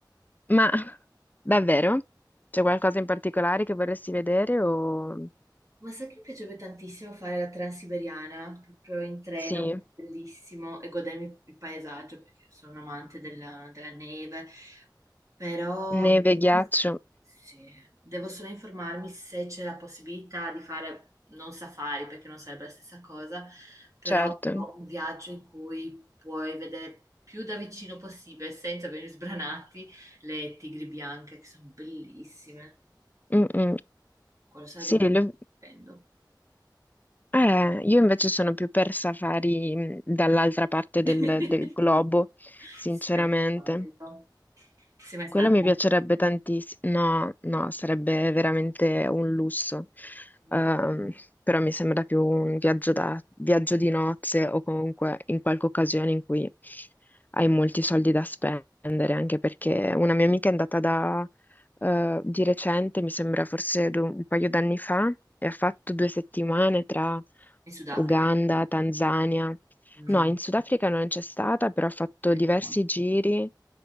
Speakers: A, on the left; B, on the right.
A: Ma davvero? C'è qualcosa in particolare che vorresti vedere o...
B: Ma sai che mi piacerebbe tantissimo fare la Transiberiana proprio in treno,
A: Sì,
B: perché è bellissimo, e godermi il paesaggio perché sono un amante della, della neve, però
A: neve, ghiaccio,
B: sì, devo solo informarmi se c'è la possibilità di fare non safari perché non sarebbe la stessa cosa, però
A: certo.
B: un viaggio in cui puoi vedere più da vicino possibile, senza venire sbranati, le tigri bianche che sono bellissime.
A: Mm-mm.
B: Quello sarebbe
A: Sì,
B: un viaggio
A: lo-
B: stupendo.
A: Eh, io invece sono più per safari mh, dall'altra parte del,
B: <laughs>
A: del globo,
B: Sì,
A: sinceramente.
B: Anche quello. Sei mai stata?
A: Quello mi piacerebbe tantissimo. No, no, sarebbe veramente un lusso.
B: Mm.
A: Ehm, però mi sembra più un viaggio, da, viaggio di nozze o comunque in qualche occasione in cui hai molti soldi da spendere, anche perché una mia amica è andata da, eh, di recente, mi sembra forse du- un paio d'anni fa, e ha fatto due settimane tra
B: In Sudafrica?
A: Uganda, Tanzania.
B: Mm.
A: No, in Sudafrica non c'è stata, però ho fatto
B: Ok.
A: diversi giri.